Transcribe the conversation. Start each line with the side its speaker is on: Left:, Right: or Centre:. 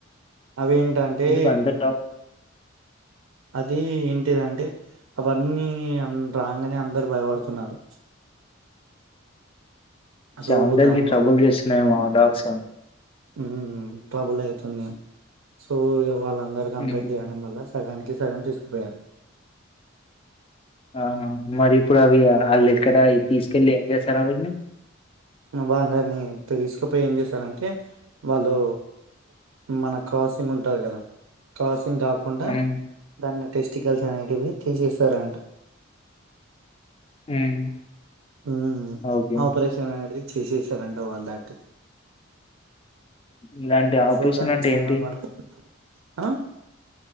Right: అవి ఏంటంటే
Left: ఎందుకు అంత ట్రబ్
Right: అది ఏంటిదంటే అవన్నీ రాంగానే అందరు భయపడుతున్నారు
Left: చా
Right: సో
Left: అందరికి
Right: దాని
Left: ట్రబుల్ చేస్తున్నాయేమో ఆ డాగ్స్
Right: ఉ ట్రబుల్ అయితుంది సో ఇవళ అందరు కంప్లయింట్వడం
Left: హ్మ్.
Right: వల్ల సగానికి సగం తీసుకుపోయారు
Left: కారణం మరి ఇప్పుడు అవి
Right: ఉమ్.
Left: అలెక్కడ ఈ తీస్ తీసుకెళ్లి ఏం చేస్తారు అవన్నీ
Right: వాళ్ళని తీసుకుపోయి ఏం చేశారంటే వాళ్ళు, మన క్రాసింగ్ ఉంటాది కదా క్రాసింగ్ ఏం కాకుండా
Left: హ్మ్.
Right: దాన్ని టెస్ట్ టికిల్స్ అనేటివి తీసేసారంట
Left: హ్మ్.
Right: ఊ
Left: ఓకే.
Right: ఆపరేషన్ అనే తీసేసారంట వాళ్ళ దాటి
Left: ఇలాంటి ఆపరేషన్
Right: సో దాన్ని
Left: అంటే
Right: చేయడం
Left: ఏంటి
Right: వల్ల ఆ